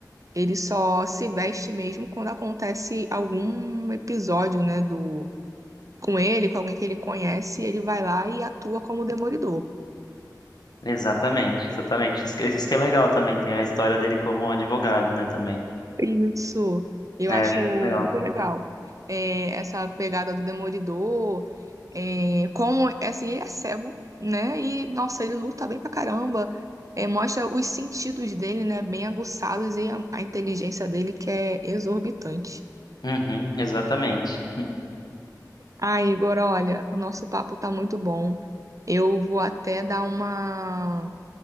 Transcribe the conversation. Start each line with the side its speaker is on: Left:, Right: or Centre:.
Right: Ele só se veste mesmo quando acontece algum episódio, né? Do... Com ele, com alguém que ele conhece, ele vai lá e atua como Demolidor.
Left: Exatamente, exatamente. Isso que isso que é legal também. Tem a história dele como advogado, né? Também.
Right: Isso, eu
Left: É,
Right: acho
Left: acho
Right: muito
Left: bem legal.
Right: legal. É, essa pegada do Demolidor, é, como, assim, ele é cego, né? E, nossa, ele luta bem pra caramba. É, mostra os sentidos dele, né? Bem aguçados e a, a inteligência dele que é exorbitante.
Left: Uhum, exatamente.
Right: Ah, Igor, olha, o nosso papo tá muito bom. Eu vou até dar uma